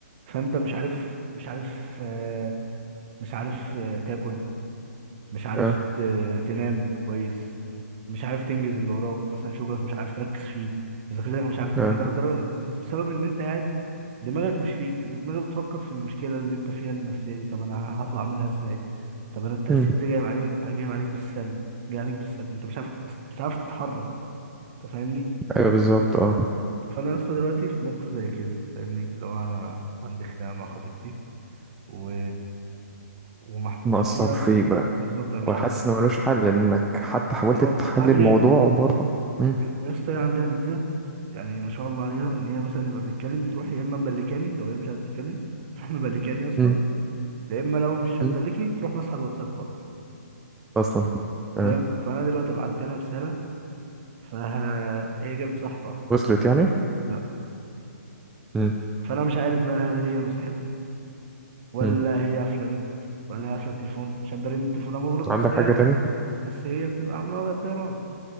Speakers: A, on the right; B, in the centre.
A: فأنت مش عارف مش عارف آه، مش عارف آه، تاكل مش عارف
B: اه
A: ت- تنام كويس مش عارف تنجز اللي وراك مثلا شغلك مش عارف تركز فيه مذاكرتك مش عارف تذاكرها
B: اه
A: در- بسبب إن أنت قاعد دماغك مش فيك انت دماغك بتفكر في المشكله اللي انت فيها النفسيه دي طب انا هطلع منها ازاي طب انا التاثير
B: امم
A: ده جاي عليك جاي عليك بالسلب جاي عليك بالسلب انت مش عارف تت- مش عارف تتحرك انت فاهمني
B: ايوه بالظبط اه
A: فانا يا اسطى دلوقتي في موقف زي كده فاهمني لو انا عندي خناقه مع خطيبتي و... ومحطوط
B: مأثر
A: في كده
B: فيك بقى
A: بالظبط انا مش
B: وحاسس
A: عارف
B: ان ملوش حل انك حتى حاولت
A: اه
B: تحل
A: هعمل
B: الموضوع
A: ايه
B: وبرضه امم
A: ويا اسطى هي عندها ميزه يعني ما شاء الله عليها ان هي مثلا يبقى بتتكلم تروح يا اما مبلكاني لو هي مش عايزه تتكلم تروح مبلكاني يا اسطى
B: امم
A: لا اما لو مش هتدلكني
B: امم
A: تروح ماسحه الواتساب خالص
B: اصلا
A: فاهم
B: اه
A: فانا دلوقتي بعت لها رساله فهي جابت صح واحده
B: وصلت يعني
A: لا
B: امم
A: فانا مش عارف بقى هل هي مسحته ولا
B: امم
A: هي قافله نت ولا هي قافله التليفون عشان برن تليفونها مغلق بس
B: عندك
A: هي
B: حاجة تاني
A: بس هي بتبقى عامله وضع الطيران